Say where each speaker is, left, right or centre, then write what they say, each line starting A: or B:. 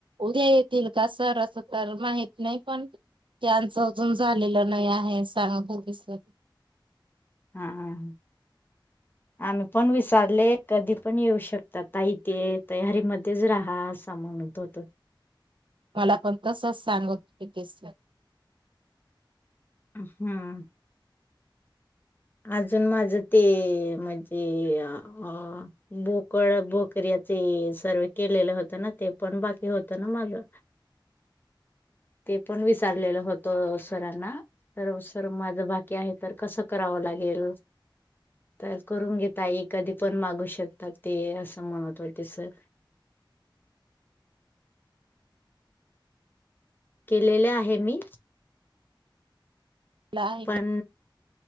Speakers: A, on the right; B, on the left.
A: उद्या येतील का सर? असं तर माहित नाही पण त्याचं अजून झालेलं नाही आहे, सांगत होते सर.
B: हं.
A: <inaudible>
B: आम्ही पण विचारले, कधी पण येऊ शकता ताई तेे, तयारी मध्येच राहा अंस म्हणत होते.
A: मला पण तसच सांगत होते ते सर.
B: हम्म. अजून माझं ते म्हणजे अं बोकळ- बोकऱ्या ते सर्व केलेलं होत ना ते पण बाकी होत ना माझं. ते पण विचारलेलं होतं सरांना. अहों सर माझं बाकी आहे, तर कसं करावं लागेल? तर करून घे ताई कधी पण मागू शकतात ते, असं म्हणत होते सर. केलेले आहे मी.
A: आहे
B: पण